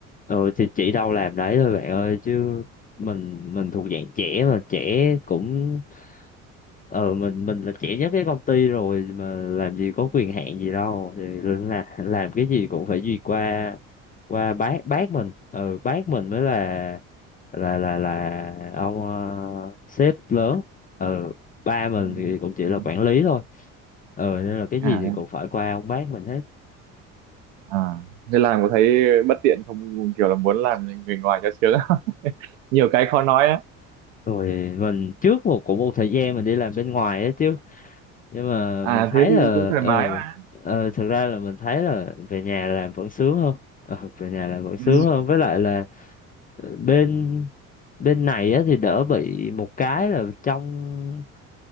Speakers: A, on the left; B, on the right.
A: ừ thì chỉ đâu làm đấy thôi bạn ơi chứ mình mình thuộc dạng trẻ mà trẻ cũng ờ mình mình là trẻ nhất cái công ty rồi mà làm gì có quyền hạn gì đâu thì là <laughs> làm cái gì cũng phải duyệt qua qua bác bác mình ừ bác mình mới là là là là ông ờ, sếp lớn ừ ba mình
B: Ừ.
A: thì cũng chỉ là
B: Ừ.
A: quản lý thôi ừ nên là cái
B: à
A: gì thì
B: thế
A: cũng phải qua ông bác mình hết
B: à thế làm có thấy bất tiện không kiểu là muốn làm người ngoài cho sướng không? <laughs> nhiều cái khó nói á
A: rồi mình trước một cũng một thời gian mình đi làm bên ngoài á chứ nhưng mà
B: à
A: mình thấy
B: thế thì
A: là
B: cũng thoải
A: ừ,
B: mái mà
A: ừ thực ra là mình thấy là về nhà làm vẫn sướng hơn ừ, về nhà làm vẫn sướng
B: ừ,
A: hơn với lại là ờ, bên bên này á thì đỡ bị một cái là trong